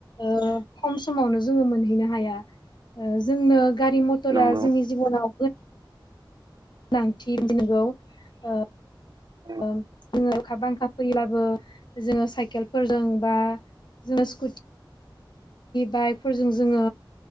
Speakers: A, on the left; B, on the right.
A: ओ खम समावनो जोङो मोनहैनो हाया ओ जोंनो गारि मथरा
B: नंगौ
A: जोंनि
B: नंगौ
A: जिबनाव गोनांथि नगौ जोङो
B: औ
A: खाबांखा फैब्लाबो जोङो साइकेलफोरजों बा जोङो स्कुटि बाइकफोरजों जोङो